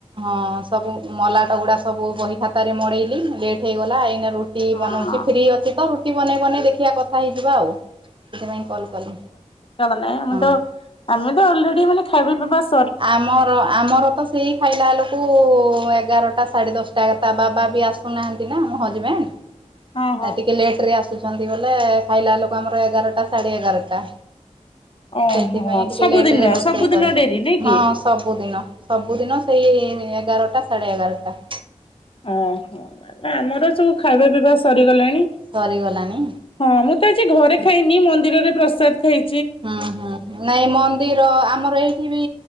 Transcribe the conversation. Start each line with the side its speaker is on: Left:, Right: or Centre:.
Right: ହଁ ସବୁ ମଲାଟା ଗୁଡା ସ ସବୁ ବହି ଖାତାରେ ମଡ଼େଇଲି ଲେଟ୍ ହେଇଗଲା ଏଇନା ରୁଟି
Left: ହଁ
Right: ବନଉଛି ଫ୍ରି ଅଛି ତ ରୁଟି ବନେଇ ବନେଇ ଦେଖିବା କଥା ହେଇଯିବା ଆଉ ସେଥିପାଇଁ କଲ୍ କଲି।
Left: ନଇଁ ମୁଁ
Right: ହଁ
Left: ତ ଆମେ ତ ଅଲରେଡି ମାନେ ଖାଇବା ବାସ୍
Right: ଆମର ଆମର ତ ସେଇ ଖାଇଲା ବେଳକୁ ଏଗାରଟା ସାଢେ ଦଶଟା ଏକଥା ତା ବାବା ବି ଆସୁନାହାନ୍ତି ନା ମୋ ହଜବେଣ୍ଡ।
Left: ହଁ ହଁ
Right: ଆ ଟିକେ ଲେଟ୍ ରେ ଆସ ବୋଲେ ଖାଇଲା ଲୋକ ଆମର ଏଗାରଟା ସାଢେ ଏଗାରଟା।
Left: ଓ
Right: ସେଇଥିପାଇଁ
Left: ହୋ
Right: ଟିକେ
Left: ସବୁଦିନ
Right: ଲେଟରେ ରୋଷେଇ
Left: ସବୁଦିନ
Right: କରେ
Left: ଡେରି ନାଇଁ? କି
Right: ହଁ ସବୁଦିନ। ସବୁଦିନ ସେଇ ଏଗାରଟା ସାଢ଼େ ଏଗାରଟା।
Left: ଓ ହୋ ଆମର ସବୁ ଖାଇବା ପିଇବା ସରିଗଲାଣି।
Right: ସରି ଗଲାଣିି?
Left: ହଁ ମୁଁ ଆଜି ଘରେ ଖାଇନି ମନ୍ଦିରରେ ପ୍ରସାଦ ଖାଇି
Right: ହୁଁ ହୁଁ ନାଇଁ ମନ୍ଦିର ଆମର ଏଇଠି ବି